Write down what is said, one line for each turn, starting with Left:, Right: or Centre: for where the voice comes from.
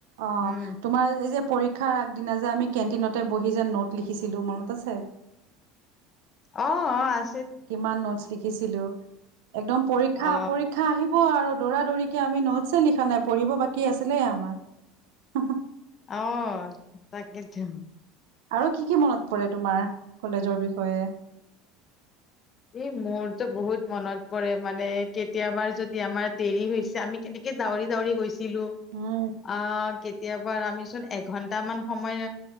Right: অ
Left: উম
Right: তোমাৰ যে পৰক্ষাৰ আগ আ কেটিন বহি যে নোট লিখিছিলোঁ মনত আছে
Left: অ অ আ
Right: কিমান নোটচ লিখিছিলো একদম পৰীক্ষা
Left: অ
Right: পৰীক্ষা আহিব আৰু দৌৰা দৌৰিকে আমি নোটচ লিখা নাই পঢ়িব বাকী আছিলে আমাৰ
Left: আহ তাকিতি
Right: আৰু কি কি মনত পৰে তোমাৰ কলেজৰ বিষয়ে
Left: ই মোৰতো বহুত মনত পৰে মানে কেতিয়াবা যদি আমাৰ দেৰি হৈছে আমি কেনে দাউৰি দাৰি গৈছে
Right: উম
Left: অ কেতিয়াবা আমিোন এঘন্ট মান সময়